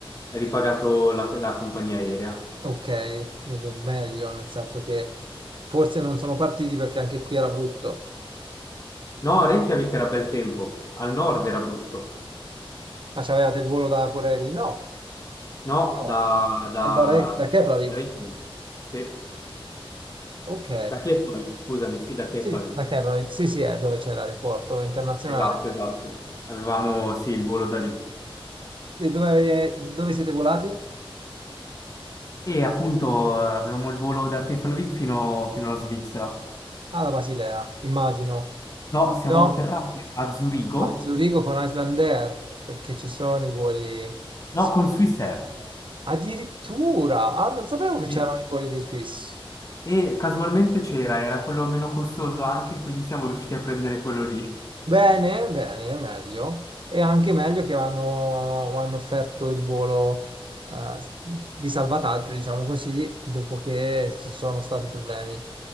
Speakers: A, on the left (about 35°); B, on the right (about 60°).
A: è ripagato la, la compagnia aerea.
B: Ok, dunque meglio, nel senso che forse non sono partiti perché anche qui era brutto.
A: No, Reykjavik era bel tempo, al nord era brutto.
B: Ma c'avevate il volo da Corelli? No,
A: No,
B: no.
A: da, da, da
B: Da, Re- da Keflavik?
A: Reykjavik. Sì,
B: Ok.
A: da Keflavik, scusami, sì, da Keflavik.
B: Sì, da Keflavik. Sì, sì, è dove c'è l'aeroporto internazionale.
A: Esatto, esatto. Avevamo, sì, il volo da lì.
B: E dove, dove siete volati?
A: E appunto eh, avevamo il volo da Keflavik fino, fino alla Svizzera.
B: alla Basilea, immagino.
A: No, siamo
B: No,
A: atterrati a Zurigo
B: a Zurigo con Iceland Air, perché ci sono i voli... sì.
A: No, con Swissair.
B: Addirittura, ah, non sapevo che
A: Sì.
B: c'erano i voli di Swiss.
A: E casualmente c'era, era quello meno costoso anche, quindi siamo riusciti a prendere quello lì.
B: Bene, bene, meglio. E anche meglio che hanno, hanno offerto il volo eh, di salvataggio, diciamo così, dopo che ci sono stati problemi.